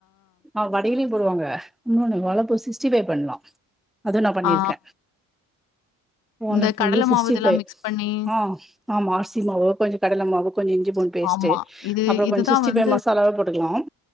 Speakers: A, in the centre; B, on the left.
A: ஆ வடையிலு போடுவாங்க இன்னொனு வாழப்பூ சிஸ்டிபை பண்லா அது நா பண்ணிருக்க
B: ஆ
A: வாழப்பூல
B: இந்த கடல
A: சிக்ஸ்டி
B: மாவு இதெல்லாம்
A: பைவ்
B: மிக்ஸ் பண்ணி
A: ம் ஆமா அரிசிமாவு கொஞ்சோ கடலமாவு கொஞ்சோ இஞ்சி பூண்டு பேஸ்டு
B: ஆமா. இது
A: அப்பறோ
B: இதுதான்
A: கொஞ்சோ சிஸ்டிபைவ்
B: வந்து
A: மசாலாவ போட்டுகலா